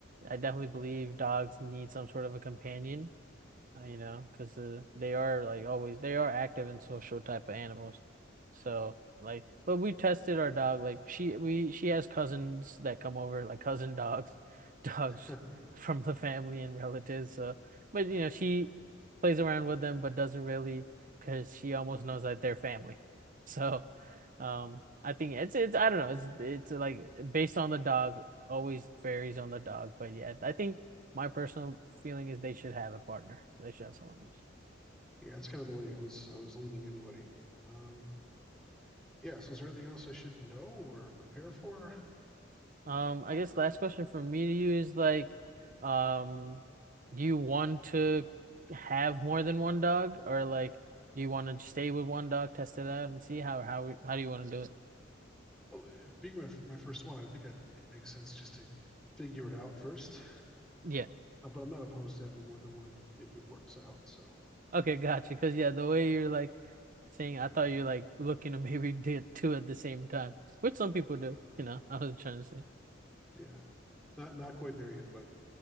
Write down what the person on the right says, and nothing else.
I definitely believe dogs need some sort of a companion uh, you know, because uh, they are like always they are active and social type of animals. So like, but we tested our dog. Like she we she has cousins that come over, like cousin dogs, <laughs> dogs
from the family and relatives. So, but you know, she plays around with them, but doesn't really, because she almost knows that they're family. <laughs> So, um, I think it's it's I don't know. It's it's like based on the dog, always varies on the dog. But yeah, I think my personal feeling is they should have a partner. They should have someone else.
Um, I guess last question from me to you is like, um, do you want to have more than one dog, or like, do you want to stay with one dog, test it out, and see how how how do you want to do it?
Yeah.
Okay, gotcha. Because yeah, the way you're like saying, I thought you're like looking to maybe <laughs> do two at the same time, which some people do. You know, I was trying to